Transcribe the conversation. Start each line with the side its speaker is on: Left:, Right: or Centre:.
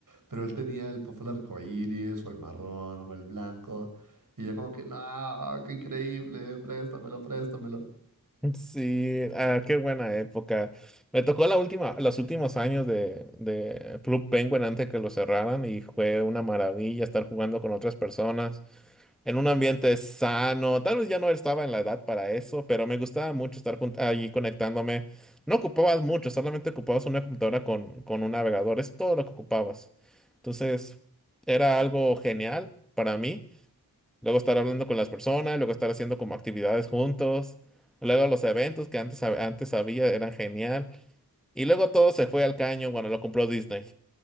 Right: Pero él tenía el puffle arcoíris o el marrón o el blanco. Y yo como que, no, qué increíble, préstamelo, préstamelo.
Centre: Sí, ah, qué buena época. Me tocó la última, los últimos años de, de Club Penguin antes que lo cerraran y fue una maravilla estar jugando con otras personas. en un ambiente sano. Tal vez ya no estaba en la edad para eso, pero me gustaba mucho estar jun- allí conectándome. No ocupabas mucho, solamente ocupabas una computadora con, con un navegador, es todo lo que ocupabas. Entonces, era algo genial para mí. Luego estar hablando con las personas, luego estar haciendo como actividades juntos. Luego los eventos que antes, hab- antes había eran genial. Y luego todo se fue al caño cuando lo compró Disney.